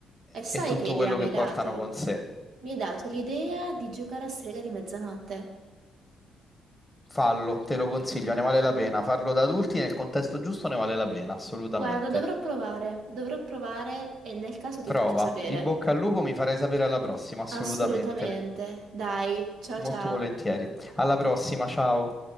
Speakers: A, on the right (about 75°); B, in the centre.
A: E sai
B: e tutto
A: che idea
B: quello
A: mi
B: che
A: hai
B: portano
A: dato?
B: con sé.
A: Mi hai dato l'idea di giocare a strega di mezzanotte.
B: Fallo, te lo consiglio, ne vale la pena. Farlo da adulti nel contesto giusto ne vale la pena, assolutamente.
A: Guarda, dovrò provare, dovrò provare e nel caso ti
B: Prova,
A: faccio sapere.
B: in bocca al lupo, mi farai sapere alla prossima, assolutamente.
A: Assolutamente. Dai, ciao
B: Molto
A: ciao.
B: volentieri. Alla prossima, ciao.